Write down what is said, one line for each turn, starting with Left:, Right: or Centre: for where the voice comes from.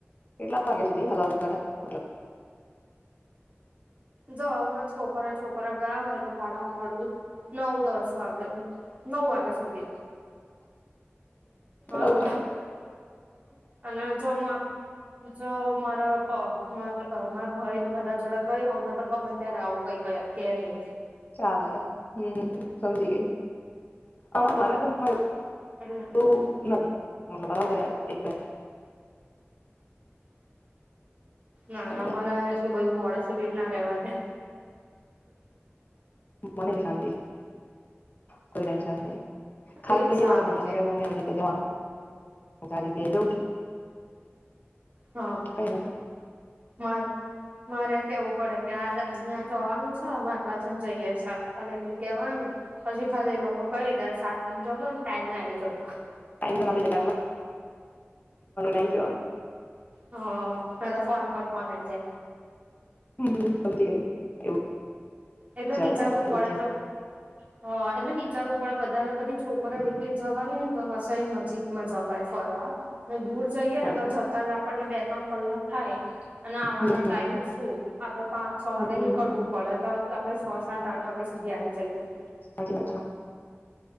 Left: કેટલા વાગ્યા સુધી અગાઉ કરે? મતલબ
Right: જો અમે છોકરીઓ છોકરીઓ ગયા હોય તો મોડા મોડું નવ દસ ગ નવ વાગયા સુધી હા
Left: ઓકે
Right: હ અને જો મા જો મા મારા ભાઈ ને બધા જોડે ગઈ હોવ આવતા ગમે ત્યારે આવું કઈ કે નહી
Left: ચાલે હમ સમજી ગય અમા મારા ગ્રુપમાં
Right: એટલે
Left: તો નથી મા બરા એક બે
Right: નાના
Left: ચાલે
Right: બાના એટલું બધું મોડા સુધી જ ના રેવા દે
Left: મને શાંતિ કોઈ ટેન્શન નહી ખાલી
Right: એ
Left: કઈ જવાનું
Right: સારું
Left: મમ્મી
Right: કેવાય
Left: ને કે મમ્મી આવી રીતે જવાનું હું આ જગ્યાએ જઉં છું
Right: હા
Left: કઈ નથી
Right: મારે મારે કેવું પડે કે આ અહિયાં જવાનું છે અમે આટલા જણ જઈએ ખાલી એટલું કેવાનું પછી ખાલી એ લોકો કહી દે સાચવીને જજો ને ટાઈમે આવીઈ જાજો
Left: ટાઈમ <inaudible> <inaudible> એટલે આઇ જવાનું
Right: હ ના તો ફોન પર ફોન આવી જાય
Left: હમ સમજી ગઈ એવું
Right: એટલે
Left: છે
Right: વિચારવું
Left: એવું
Right: પડે
Left: છે
Right: જો હા એટલે વિચારવું પડે બધા બધી છોકરીઓ એકલી જવાની હોય તો વસય નજીકમાં જવાય ફરવા એટલે દૂર જઈયએ
Left: સાચી
Right: ને તો
Left: વાત
Right: જતા જ આપણને બે ત્રણ કલાક થાય. અને આવવાનો
Left: હમ
Right: ટાઈમ શું આપડે પાંચ છ
Left: હમ
Right: વાગે નીકળવું તે તો આપડે છ સાત આઠ વાગે સુધી આવી જઈએ.
Left: સાચી વાત છે.